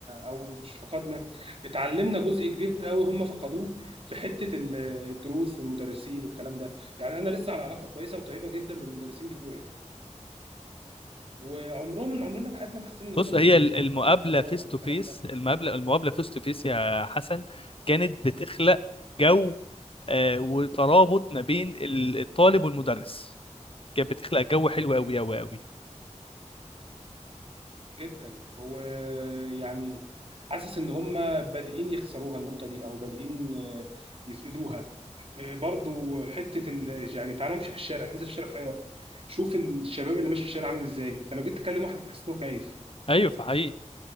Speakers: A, on the right; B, on the left.
A: أو مش فقدنا اتعلمنا جزء كبير قوي هم فقدوه في حتة ال- الدروس والمدرسين والكلام ده يعني أنا لسه على علاقة كويسة وطيبة جدا بالمدرسين بتوعي وعمرهم عمرنا في حياتنا ما حسينا إن هم
B: بص هي
A: مدرسين
B: ال- المقابله
A: أو كبار
B: فيس
A: أو
B: تو
A: الكلام
B: فيس المقابله المقابله فيس تو فيس يا حسن كانت بتخلق جو آه وترابط ما بين ال- الطالب والمدرس كانت بتخلق جو حلو
A: ده
B: قوي قوي قوي
A: جدا هو يعني حاسس ان هم بادئين يخسروها النقطه دي او بادئين آه، يفقدوها آه، برضو حته ال... يعني تعالى امشي في الشارع انزل في الشارع في اي وقت شوف الشباب اللي ماشي في الشارع عامل ازاي انت لو جيت تكلم واحد تحس انه خايف
B: ايوه فحقيقي